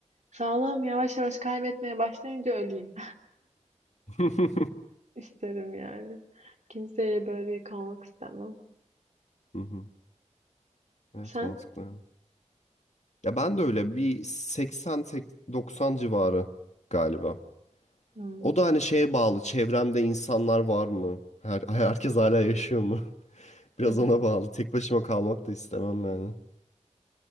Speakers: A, on the right; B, on the left.
A: sağlığım yavaş yavaş kaybetmeye başlayınca öleyim
B: <laughs> Hı
A: <laughs> isterim yani. Kimseye böyle yük olmak istemem.
B: hı. Evet
A: Sen?
B: mantıklı. Ya Ya ben de öyle bir 80-90 civarı galiba.
A: Hmm.
B: O da hani şeye bağlı. Çevremde insanlar var mı? Her, <laughs> herkes hala yaşıyor mu? <laughs> Biraz
A: Hı hı.
B: ona bağlı. Tek başıma kalmak da istemem yani.